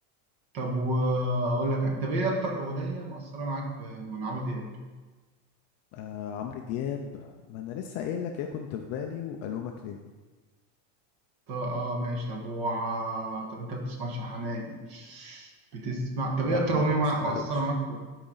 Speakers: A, on the right (about 45°); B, on the left (about 35°).
A: طب واقول لك حاجة. طب ايه اكتر اغنية مؤثرة معاك في من عمرو دياب
B: آه عمرو دياب ما انا لسه قايل لك يا كنت في بالي والومك ليه
A: طب اه ماشي طب و... آه، طب انت بتسمعش حماقي بتسمع طب
B: لا
A: ايه اكتر
B: ما
A: اغنية
B: بسمعلوش
A: مع- مؤثرة معاك